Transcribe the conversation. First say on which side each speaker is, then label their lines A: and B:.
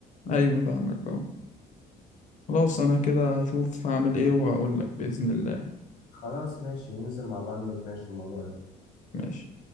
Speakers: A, on the left; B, on the left.
A: ايوه فاهمك اه خلاص انا كده هشوف هعمل ايه واقول لك بإذن الله
B: خلاص ماشي ننزل مع بعض ونتناقش في الموضوع ده
A: ماشي